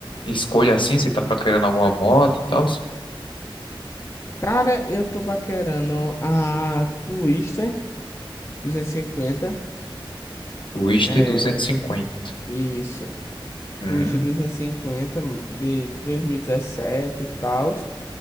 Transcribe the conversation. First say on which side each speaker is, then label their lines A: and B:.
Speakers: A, on the left (about 65°); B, on the left (about 30°).
A: escolha assim? Você tá procurando alguma moto e tal?
B: Cara, eu tô paquerando a Twister 250.
A: Twister
B: É,
A: 250.
B: isso.
A: Hum,
B: Twister 250 de 2017 e dezessete e tal.